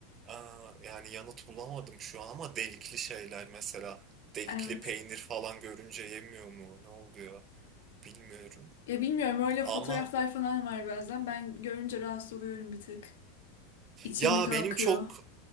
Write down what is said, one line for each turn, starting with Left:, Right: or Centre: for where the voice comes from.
Right: aa, yani yanıt bulamadım şu an ama delikli şeyler mesela delikli
Left: Evet.
Right: peynir falan görünce yemiyor mu ne oluyor bilmiyorum.
Left: Ya bilmiyorum öyle
Right: Ama
Left: fotoğraflar falan var bazen. Ben görünce rahatsız oluyorum bir tık. İçim
Right: Ya
Left: bir kalkıyor.
Right: benim çok